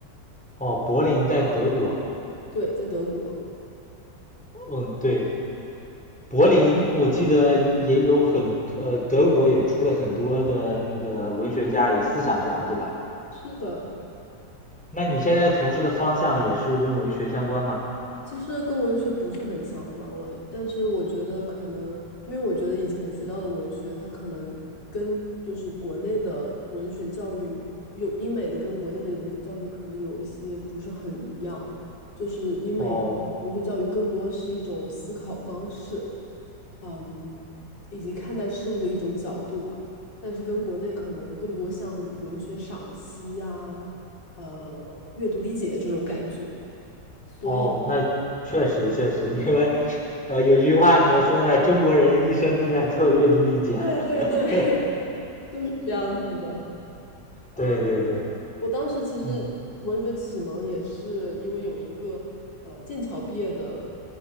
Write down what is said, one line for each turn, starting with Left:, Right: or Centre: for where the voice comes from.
Centre: 哦，柏林在德国，
Left: 对，在德国。
Centre: 嗯，对，柏林我记得也有很，呃，德国也出了很多的那个文学家，有思想家，对吧？
Left: 是的，
Centre: 那你现在从事的方向也是跟文学相关吗？
Left: 其实跟文学不是很相关了，但是我觉得可能，因为我觉得以前学到的文学，它可能跟就是国内的文学教育，有英美的跟国内的文学教育可能有一些不是很一样，就是英美的文学教育更多是一种思考方式，
Centre: 哦，
Left: 嗯，以及看待事物的一种角度吧，但是跟国内可能更多像文学赏析啊，呃，阅读理解这种感觉。所以。
Centre: 哦，那确实确实，因为，呃，有句话怎么说呢？中国人一生都在做阅读理解。
Left: <laughs> 对对对，
Centre: <laughs>
Left: <laughs> 就是这样子的。嗯，
Centre: 对对对，
Left: 我当时其实文学启蒙也是因为有一个呃剑桥毕业的
Centre: 嗯